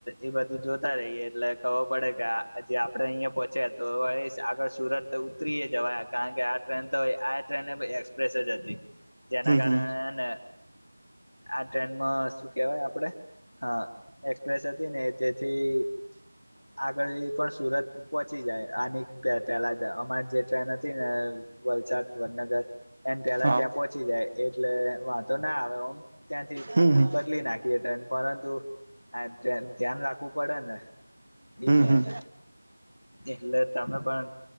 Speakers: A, on the left; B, on the right.
A: એ બધું જોતા રહીએ એટલે ખબર પડે કે આ જે આપડે અહિયાં પહોંચ્યા તો એસ આગળ સુરત ઉતરીય જવાયા કારણ કે આ ટ્રેન તો એ આ ટ્રેન એબ એક્સપ્રેસે જ હતી. જેના
B: હમ
A: કારણે
B: હમ
A: એને આ ટ્રેનમાં શું કેવાય આપ પડે હા એક્સપ્રેસ હતી ને થી આગળ એ પણ સુરત પહોંચી જાય આનીક પે-પેલા અહ અમારી જે ટ્રેન હતી ને વલસાડ વડનગર એન પેલા
B: હા
A: ત્યાં પહોંચી જાય. એટલે વાંધનો ના આવે ઓમ ત્યાંથી
B: હમ હમ
A: બદલી નાખીએ ટ્રેન. પરંતુ આ ટ્રેન ધ્યાન રાખવું પડે ને દિન
B: હમ
A: ને
B: હમ
A: એને. એટલે તમે પણ